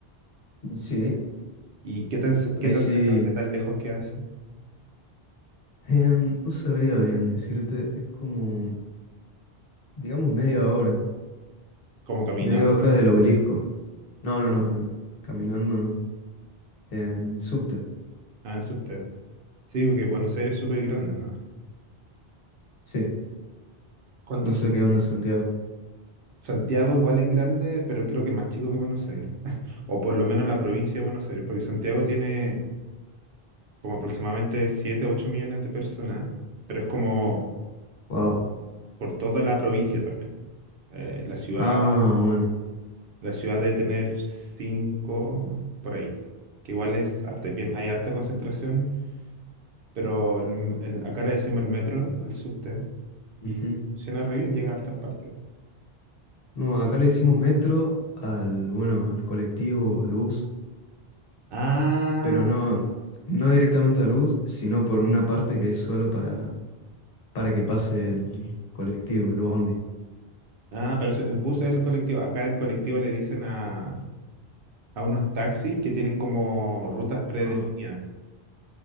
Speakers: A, on the left; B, on the right.
A: Sí.
B: ¿Y qué tan, ce- qué
A: Ahí
B: tan
A: sí.
B: cerca, qué tan lejos queda eso?
A: Em, no sabría bien decirte. Es como, digamos, media hora.
B: Como caminando.
A: Media hora del obelisco. No, no, no. en- caminando no. En subte.
B: Ah, en subte. Sí, porque Buenos Aires es súper grande, ¿no?
A: Sí.
B: ¿Cuánta
A: No
B: gente?
A: sé qué onda Santiago.
B: Santiago igual es grande, pero creo que más chico que Buenos Aires. <laughs> O por lo menos la provincia de Buenos Aires, porque Santiago tiene como aproximadamente 7 8 millones de personas, pero es como
A: Wow.
B: por toda la provincia también. Eh, la ciudad,
A: Ah, bueno.
B: la ciudad debe tener 5 por ahí, que igual es harta, bien, hay harta concentración, pero el- el- acá le decimos el metro al subte
A: Ujú.
B: y funciona re bien, llega a hartas partes.
A: No, acá le decimos metro al, bueno, al colectivo, al bus,
B: Ah,
A: pero no, no directamente al bus, sino por una parte que es solo para, para que pase el colectivo, el bondi.
B: ah, pero eso- el bus es el colectivo. Acá el colectivo le dicen a, a unos taxis que tienen como rutas predefinidas,
A: Ah,